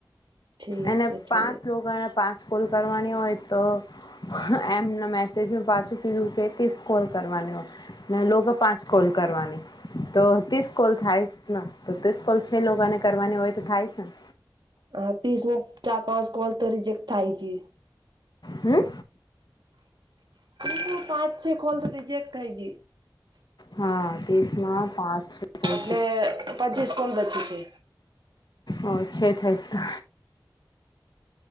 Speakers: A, on the right; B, on the left.
A: ઠીક
B: અને
A: છે ઠીક
B: પાંચ લોકો અને પાચ કુલ કરવાની હોય તો હઅ એમના મેસેજ મે પાછું કીધું કે કોલ કરવાનો ને લોકો પાંચ કોલ કરવાની તો ત્રીસ કોલ થાય ને તો ત્રીસ કોલ છે લોકોને કરવાની હોય તો થાય જ ને.
A: હા ત્રીસો ચાર-પાંચ કોલ તો રિજેક્ટ થાય છે.
B: હમ
A: ક્યુ પાચ-છ કોલ તો રિજેક્ટ થાયજી.
B: હા તીસના પાંચ કોલ
A: એટલે પચીસ કોલ બચી છે.
B: ઓ છે. થાય છે.